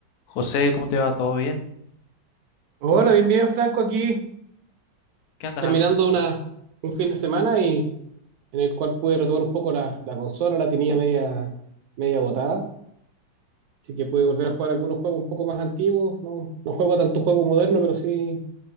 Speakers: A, on the left; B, on the right.
A: José, ¿cómo te va? ¿Todo bien?
B: Hola, bien, bien, Franco, aquí
A: ¿Qué andas
B: terminando
A: haciendo?
B: una, un fin de semana y en el cual pude retomar un poco la, la consola, la tenía media, media botada, así que pude volver a jugar algunos juegos un poco más antiguos, no, no juego tanto juego moderno, pero sí